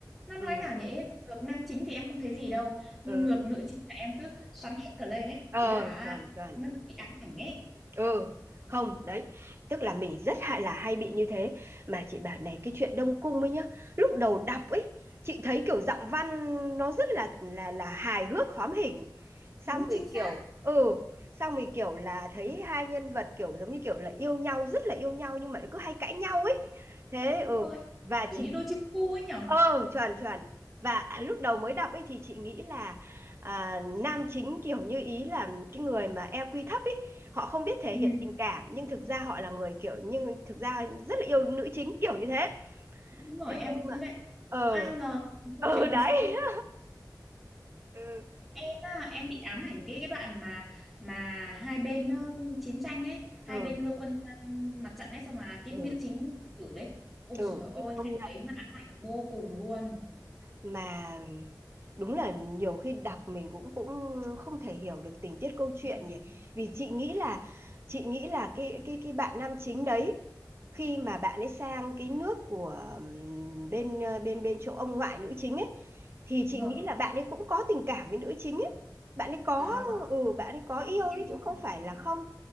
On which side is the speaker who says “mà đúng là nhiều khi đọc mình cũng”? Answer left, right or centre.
Right